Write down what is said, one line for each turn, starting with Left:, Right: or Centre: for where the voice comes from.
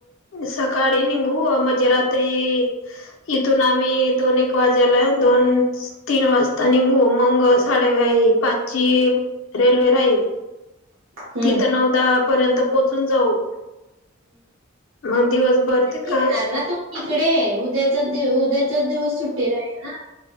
Left: सकाळी निंगू, ह म ध्य रात्री इथून, आम्ही दोन, एक वाज्याला दोन, तीन वाजता निगू भ मंग साडेई पाचची रेल्वे राहील.
Right: हम्म
Left: तिथ नऊदा पर्यंत पोहोचून जाऊ मग दिवसभर ते
Right: णार
Left: काय
Right: ना तू तिकडे उद्याचा दि उद्याच्या दिवस सुट्टी रा ना.